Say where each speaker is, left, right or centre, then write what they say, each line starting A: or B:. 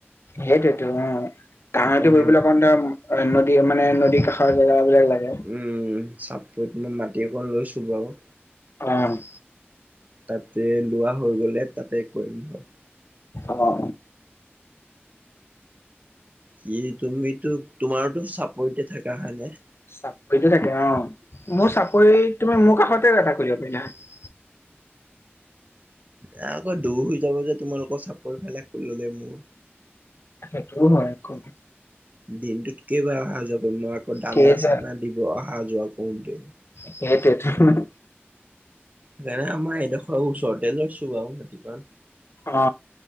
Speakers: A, on the left (about 70°); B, on the right (about 35°).
A: সেইটোয়তো অ', <unintelligible>
B: সেইকাৰণে
A: পুহিবলে অকণমান তই অই, নদী মানে নদীৰ কাষৰ জেগা বিলাক লাগে।
B: উম, চাপৰিত মই মাটি অকণ লৈছোঁ বাৰু।
A: অ'।
B: তাতে লোৱা হৈ গ'লে তাতে কৰিম ধৰ।
A: অ', অ'।
B: কি তুমিতো, তোমাৰোতো চাপৰিতে থকা হয় নে?
A: চাপৰিতে থাকে অ', মোৰ চাপৰিত তুমি মোৰ কাষতে এটা খুলিব পাৰিলা হয়।
B: এ আকৌ দূৰ হৈ যাব যে তোমালোকৰ চাপৰিফালে খুলি ললে মোৰ।
A: সেইটোও হয় খুব
B: দিনটোত কেইবাৰ অহা যোৱা কৰিম, মই আকৌ দানা
A: কেইটা
B: চানা দিব অহা যোৱা কৰোতেই।
A: সেইটোৱে <unintelligible>
B: সেইকাৰণে আমাৰ এডোখৰ ওচৰতে লৈছো বাৰু মাটিকন।
A: অ